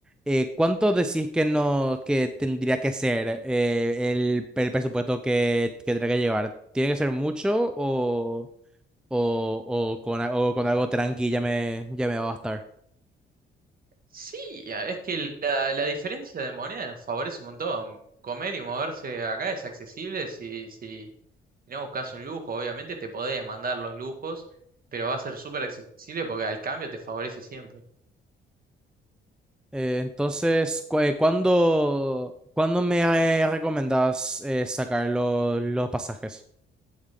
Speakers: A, in the centre; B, on the right.
A: eh, ¿cuánto decís que no, que tendría que ser eh, el, el presupuesto que, que tendría que llevar? ¿Tiene que ser mucho o, o, o, con, a- o con algo tranqui ya me, ya me va a bastar?
B: Sí, a- es que la, la diferencia de moneda nos favorece un montón. Comer y moverse acá es accesible si, si no buscas un lujo, obviamente te podés mandar los lujos, pero va a ser súper accesible porque al cambio te favorece siempre.
A: Eh, entonces, cu- eh, ¿cuándo, cuándo me eh, recomendás eh, sacar lo- los pasajes?